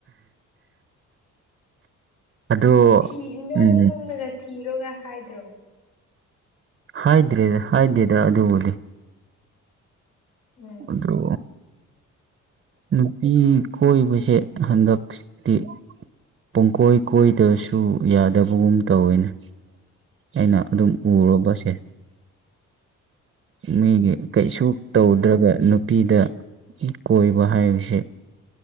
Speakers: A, on the right; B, on the left.
A: ꯑꯗꯣ
B: ꯐꯤ ꯏꯅꯣꯏ
A: ꯎꯝ
B: ꯏꯃꯨꯡꯅꯒ ꯊꯤꯔꯣꯒ ꯍꯥꯏꯗ꯭ꯔꯣ
A: ꯍꯥꯏꯗ꯭ꯔꯦꯗ ꯍꯥꯏꯗꯦꯗ ꯑꯗꯨꯕꯨꯗꯤ
B: ꯎꯝ
A: ꯑꯗꯣ ꯅꯨ ꯄꯤ ꯀꯣꯏꯕꯁꯦ ꯍꯟꯗꯛꯁꯤꯗꯤ ꯄꯨꯡꯀꯣꯏ ꯀꯣꯏꯗꯁꯨ ꯌꯥꯗꯕꯒꯨꯝ ꯇꯧꯋꯤꯅꯦ ꯑꯩꯅ ꯑꯗꯨꯝ ꯎꯔꯨꯕꯁꯦ ꯃꯤꯒꯤ ꯀꯩꯁꯨ ꯇꯧꯗ꯭ꯔꯒ ꯅꯨꯞ ꯅꯨꯄꯤꯗ ꯀꯣꯏꯕ ꯍꯥꯏꯕꯁꯦ